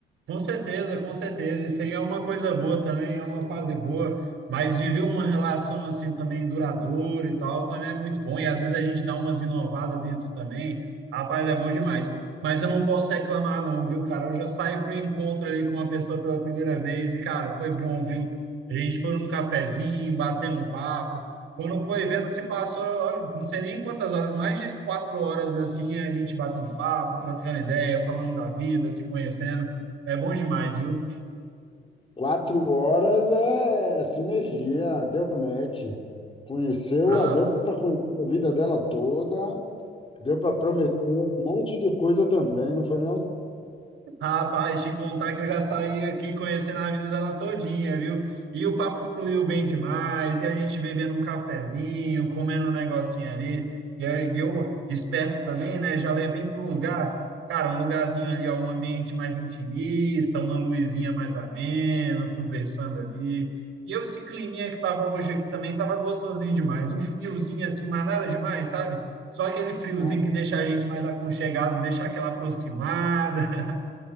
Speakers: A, on the right; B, on the left.
A: Com certeza, com certeza. Isso aí é uma coisa boa também, é uma fase boa. Mas viver uma relação assim também duradoura e tal também é muito bom. E às vezes a gente dá umas inovadas dentro também. Rapaz, é bom demais. Mas eu não posso reclamar, não, viu, cara? Hoje eu saí para um encontro ali com uma pessoa pela primeira vez e, cara, foi bom, viu? A gente foi num cafezinho, bateu um papo. Quando foi vendo, se passou, olha, não sei nem quantas horas, mais de quatro horas assim, a gente batendo papo, trocando ideia, falando da vida, se conhecendo. É bom demais, viu?
B: Quatro horas é sinergia, deu match. Conheceu,
A: Ah,
B: a- deu para conhecer a vida dela toda, deu para prometer um monte de coisa também, não foi não?
A: Rapaz, te contar que eu já saí aqui conhecendo a vida dela todinha, viu? E o papo fluiu bem demais, e a gente bebendo um cafezinho, comendo um negocinho ali. E aí eu, esperto também, né? Já levei para um lugar, cara, um lugarzinho ali, ó, um ambiente mais intimista, uma luzinha mais amena, conversando ali. E eu, esse climinha que tava hoje aqui também, tava gostosinho demais. Um friozinho assim, mas nada demais, sabe? Só aquele friozinho
B: Ah,
A: que deixa a gente mais aconchegado, deixa aquela aproximada.